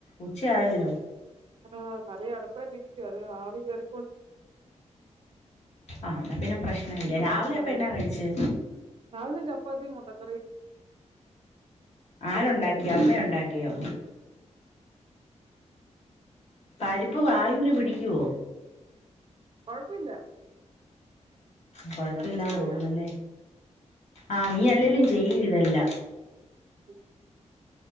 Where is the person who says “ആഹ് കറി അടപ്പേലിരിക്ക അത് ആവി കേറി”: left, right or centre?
Right